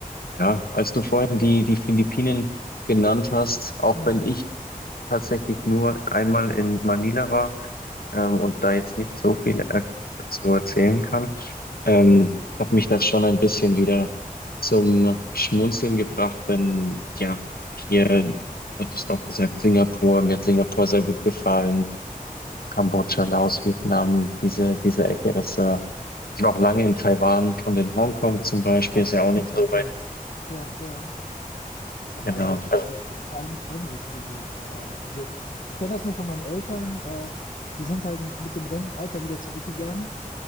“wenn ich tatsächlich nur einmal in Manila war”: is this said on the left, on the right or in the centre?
Left